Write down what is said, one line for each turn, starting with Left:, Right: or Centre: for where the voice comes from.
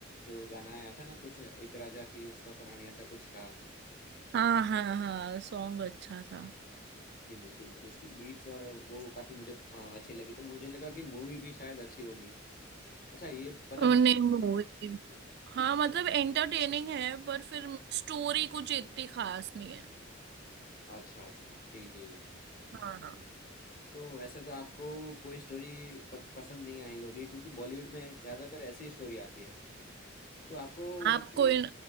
Left: जो गाना आया था ना कुछ एक राजा की सौ रानी ऐसा कुछ था
Right: हाँ हाँ हाँ सॉन्ग अच्छा था
Left: जी बिल्कुल उसकी बीट्स और वो काफी मुझे अ, अच्छी लगी तो मुझे लगा कि मूवी भी शायद अच्छी होगी अच्छा ये पता
Right: नहीं
Left: नहीं
Right: मूवी हाँ मतलब एंटरटेनिंग है पर फिर स्टोरी कुछ इतनी खास नहीं है
Left: अच्छा अच्छा जी जी
Right: हाँ
Left: तो वैसे तो आपको कोई स्टोरी प- पसंद नहीं आई होगी क्योंकि बॉलीवुड में ज्यादातर ऐसी स्टोरी आती है तो आपको वैसे
Right: आपको इन